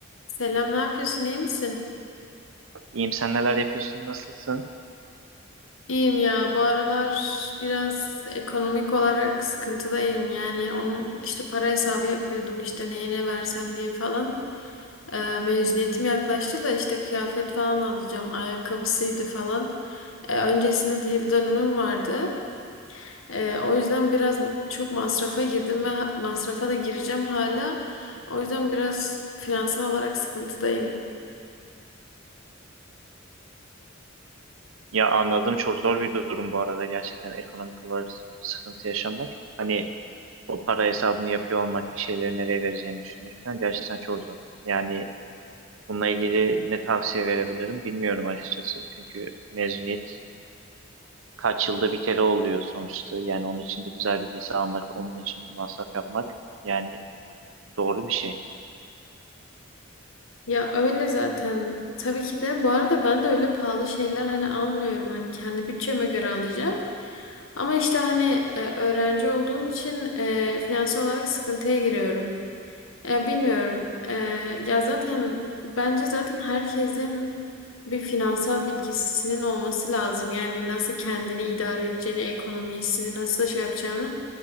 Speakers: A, on the left; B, on the right.
A: Selam, ne yapıyorsun? İyi misin?
B: İyiyim sen neler yapıyorsun nasılsın?
A: İyiyim ya. Bu aralar biraz ekonomik olarak sıkıntıdayım. Yani onun işte para hesabı yapıyordum işte neye ne versem diye falan. Ee, mezuniyetim yaklaştı da işte kıyafet falan alacağım. Ayakkabısıydı falan. Ee, öncesinde de yıl dönümüm vardı. Ee, o yüzden biraz çok masrafa girdim ve ha- masrafa da gireceğim hala. O yüzden biraz finansal olarak sıkıntıdayım.
B: Ya anladım çok zor bir durum bu arada gerçekten ekonomik olarak sıkıntı yaşamak. Hani o para hesabını yapıyor olmak bir şeyleri nereye vereceğini düşünmek falan gerçekten çok zor. Yani bununla ilgili ne tavsiye verebilirim bilmiyorum açıkçası. Çünkü mezuniyet kaç yılda bir kere oluyor sonuçta. Yani onun için de güzel bir giysi almak, onun için masraf yapmak yani doğru bir şey.
A: Ya öyle zaten. Tabii ki de. Bu arada ben de öyle pahalı şeyler hani almıyorum. Hani kendi bütçeme göre alacağım. Ama işte hani e, öğrenci olduğum için e, finansal olarak sıkıntıya giriyorum. E, bilmiyorum. E, ya zaten bence zaten herkesin bir finansal bilgisinin olması lazım. Yani nasıl kendini idare edeceğini, ekonomisini nasıl şey yapacağını.